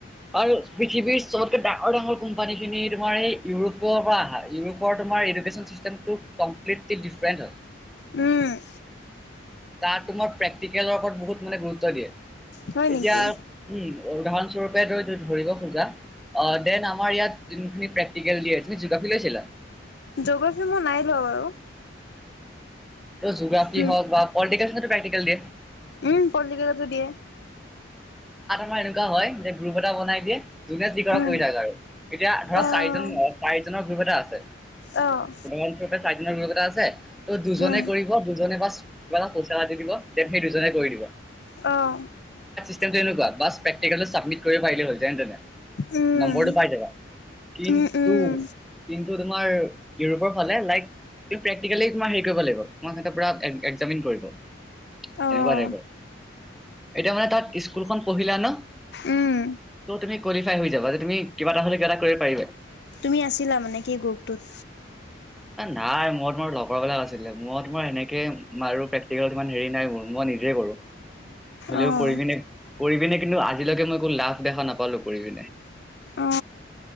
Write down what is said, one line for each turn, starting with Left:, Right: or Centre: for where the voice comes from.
Centre: আৰু পৃথিৱীৰ চবতকে ডাঙৰ-ডাঙৰ কোম্পানী খিনি তোমাৰ এই ইউৰোপৰ পৰা আহা ইউৰোপৰ তোমাৰ তোমাৰ এডুকেশ্বন চিষ্টেম টো কপ্লেটলি ডিফাৰেণ্ট হয়।
Left: উম,
Centre: তাতো মই প্ৰেক্টিকেলৰ ওপৰত বহুত মানে গুৰুত্ব দিয়ে এতিয়া
Left: হয় নেকি?
Centre: উম, উদাহৰণস্বৰূপে ধ ধৰিব খোজা অ', দেন আাৰ ইয়াত যোনখিনি প্ৰেক্টিকেল দি তমি জ'গ্ৰাফি লৈছিলা।
Left: জ'গ্ৰাফী মই নাই লোৱা বাৰু।
Centre: জিঅ'গ্ৰাফি
Left: উম,
Centre: হওঁক বা পলিটিকেল <unintelligible> প্ৰেকটিকেল
Left: উম পলিটিকেলটো দিয়ে।
Centre: মাৰ এনেকুৱা হয় যে গ্ৰুপ এটা বনাই দিয়ে যোনে যি কৰা
Left: উম,
Centre: কৰি থাক আৰু। এতিয়া ধৰা
Left: অ',
Centre: চাৰিজন চাৰিজনৰ বিভা আছে
Left: অ'
Centre: উদাহৰণস্বৰূপে চাৰিদিনৰ বিতৰট আছে, ত' দুজনে
Left: উম,
Centre: কৰিব দুজনে বাছ। কিবা এটা পইচা এটা দি দিব দেন সেই দুজনে কৰি দিব।
Left: অঁহ।
Centre: চব তেনেকুৱা, বছ প্ৰেক্টিকেল টো চাবমিট কৰিব পাৰিলে হৈ যায়,
Left: উম,
Centre: নম্বৰটো পাইযাবা কিন্তু,
Left: উম, উম,
Centre: কিন্তু তোমাৰ ইউৰোপৰ ফালে লাইক, প্ৰেক্টিকেলি তোমাৰ হেৰি কৰিব লাগিব। তোমাৰ সতে পোৰা, চাবমিট কৰিব,
Left: অ',
Centre: এনেকুৱা টাইপৰ এতিয়া মানে তাত স্কুলখন পঢ়িলা ন।
Left: উম।
Centre: ত' তুমি কোৱালিফাই হৈ যাবা যে, তুমি কিবা এটা হ'লে কিবা এটা কৰিব পাৰিবা এ।
Left: তুমি আছিলা মানে কি গ্ৰুপটোত।
Centre: নাই, মই তোমাৰ লগৰবিলাক আছিলে। মই তোমাৰ এনেকে। আৰু প্ৰেক্টিকেল ইমান হেৰি নাই হোৱা। মই নিজেই কৰো হলেও
Left: অ',
Centre: কৰিকিনে, কৰিপিনে কিন্তু আজিলৈকে মই একো লাভ দেখা নাপালো কৰিপিনে।
Left: অ,